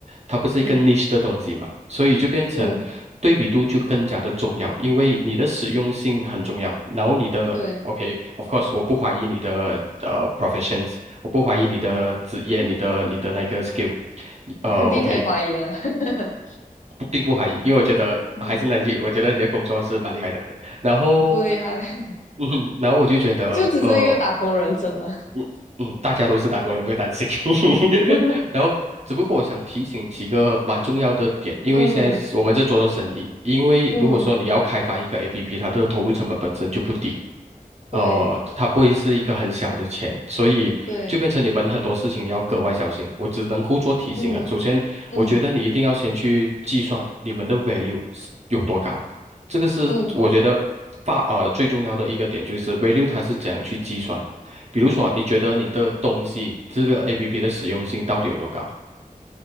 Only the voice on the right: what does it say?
它不是一个
niche 的东西嘛，所以就变成对比度就更加的重要，
因为你的实用性很重要，然后你的
OK，of course，我不怀疑你的呃 professions，我不怀疑你的职业，你的你的那个 skill，呃
OK。
不并不怀疑，因为我觉得还是那句，
我觉得你的工作是蛮厉害的。<laughs> 然后，
嗯然后我就觉得，
呃，
嗯嗯，大家都是打工人，不要担心。<laughs>
然后，只不过我想提醒几个蛮重要的点，因为现在是我们在做做生意，
因为如果说你要开发一个
APP，它的投入成本本身就不低，呃，
它不会是一个很小的钱，所以就变成你们很多事情要格外小心。
我只能够做提醒了。
首先，
我觉得你一定要先去计算你们的 value 是有多高，这个是我觉得发呃最重要的一个点，
就是 value 它是怎样去计算。比如说，你觉得你的东西这个 APP 的实用性到底有多高？